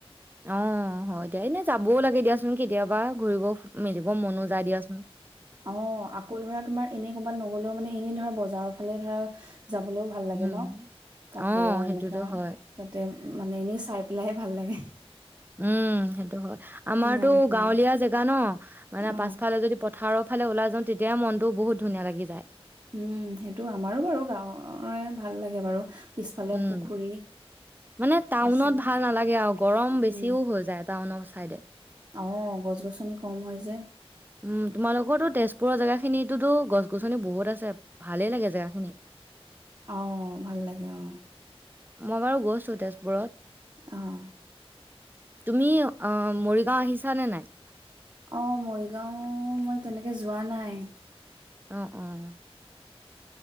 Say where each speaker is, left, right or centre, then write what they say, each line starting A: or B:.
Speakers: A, on the right; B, on the right.
A: অ হয় দিয়া এনেই যাবও লাগে দিয়াচোন কেতিয়াবা ঘূৰিব মেলিব মনো যায় দিয়াচোন
B: অ আকৌ ধৰা তোমাৰ এনেই ক'বাত নগলেও মানে এনে ধৰা বজাৰৰ ফালে ধৰা যাবলৈও ভাল লাগে
A: উম,
B: ন কাপোৰৰ
A: অ, সেইটোতো
B: এনেকা
A: হয়।
B: তাতে মানে এনেই চাই লাই ভাল লাগে
A: উম সেইটো হয় আমাৰতো
B: কিনা নিকিনা
A: গাঁৱলীয়া জেগা ন মানে
B: অ
A: পাছফালে যদি থাৰৰ ফালে ওলাই <unintelligible> বহুত ধুনীয়া লাগি যায়।
B: উম সেইটো আমাৰো বাৰু গাঁৱৰ <unintelligible> <unintelligible> ভাল লাগে বাৰু। পিছফালে
A: উম।
B: পুখুৰী
A: মানে টাউনত
B: আছে
A: ভাল নালাগে আৰু গৰম বেছিও
B: উম
A: হৈ যায় টাউনৰ চাইডে।
B: অ গছ গছনি কম হয় যে।
A: উম। তোমালোকৰ তো তেজপুৰৰ জেগা খিনোততো গছ গছনি বহুত আছে। ভালেই লাগে জেগাখিনি।
B: অঁ। ভাল লাগে অঁ।
A: মই বাৰু গৈছো তেজপুৰত।
B: অহ।
A: তুমি আ - মৰিগাঁও আহিছা নে নাই?
B: অ'। মৰিগাঁও মই তেনেকে যোৱা নাই।
A: আহ', - অ',